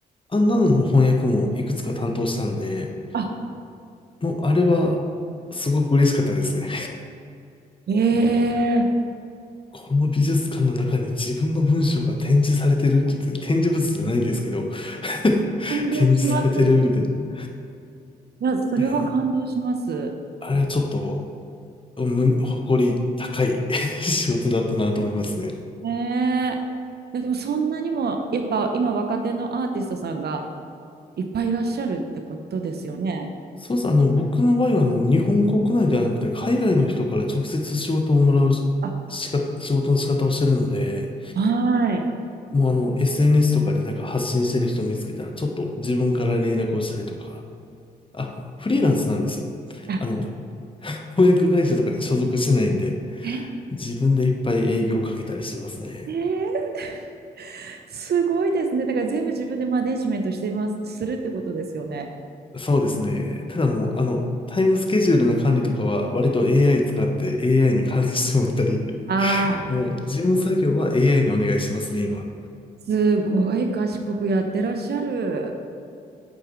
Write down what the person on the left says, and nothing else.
あんなのの翻訳もいくつか担当したんで、
もうあれはすごく嬉しかったですね。
この美術館の中に自分の文章が展示されてるって言って、展示物じゃないんですけど、<laughs>
展示されてるみたいな。
いや、もうあれはちょっと、む誇り高い <laughs> 仕事だったなと思いますね。
そうです。あの、僕の場合は、あの、日本国内ではなくて、海外の人から直接仕事をもらうししか、
仕事の仕方をしてるので、
もうあの、SNS とかでなんか発信してる人を見つけたら、ちょっと自分から連絡をしたりとか、あ、フリーランスなんですよ。
あの、翻訳会社とかに所属してないんで、
自分でいっぱい営業をかけたりしてますね。
そうですね。ただもう、あの、タイムスケジュールの管理とかは、割と AI 使って AI に管理してもらったり、
もう事務作業は AI にお願いしてますね、今。